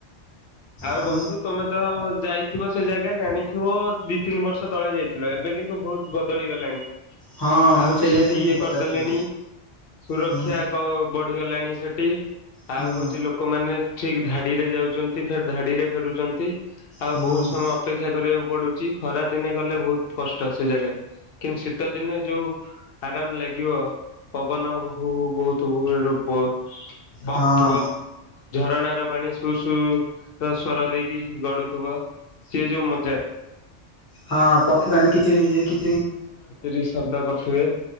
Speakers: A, on the left; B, on the left.
A: ଆଉ
B: ଆମ
A: ବନ୍ଧୁ ତମେ ତ ଯାଇଥିବ ସେ ଜାଗା ଜାଣିଥିବ ଦି ତିନି ବର୍ଷ ତଳେ ଯାଇଥିଲ ଏବେ କିନ୍ତୁ ବହୁତ ବଦଳିଗଲାଣି। ଆହୁରି
B: ହଁ ମୁଁ ସେଇଆ
A: ସେଠି
B: ତୁମକୁ
A: ଇଏ
B: ପଚାରୁଥିଲି
A: କରିଦେଲେଣି ସୁରକ୍ଷା
B: ହୁଁ
A: କ ବଢିଗଲାଣି ସେଠି
B: ହୁଁ
A: ଆଉ ହଉଚି ଲୋକମାନେ ଠିକ ଧାଡିରେ ଯାଉଛନ ଧାଡିରେ ଫେରୁଛନ୍ତି। ଆଉ
B: ହୁଁ
A: ବହୁତ ସମୟ ଅପେକ୍ଷା କରିବାକୁ ପଡୁ ଚି ଖରାଦିନେ ଗଲେ ବହୁତ କଷ୍ଟ ସେ ଜାଗାରେ କିନ୍ତୁ ଶୀତ ଦିନେ ଯୋଉ ଆରାମ ଲାଗିବ। ପବନ ହୁ ହୁ ବହୁତ ତୋ ରୂପ ବହୁଥିବ
B: ହଁ।
A: ଝରଣା ଣା ପାଣି ସୁ ସୁ ସ୍ଵର ଦେଇକି ଗଡୁଥିବ ସିଏ ଯୋଉ ମଜା।
B: ହଁ ପକ୍ଷୀ ମାନେ କିଚିରି ମିଚିରି କି
A: ସେଠି ଶବ୍ଦ କରୁଥିବେ